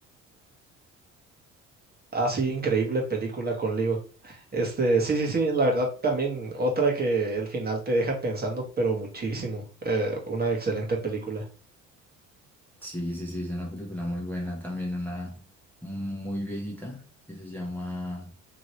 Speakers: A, on the right (about 25°); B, in the centre.
A: Ah, sí, increíble película con Leo. Este, sí, sí, sí, la verdad también otra que el final te deja pensando, pero muchísimo. Eh, una excelente película.
B: Sí, sí, sí, es una película muy buena, también una muy viejita que se llama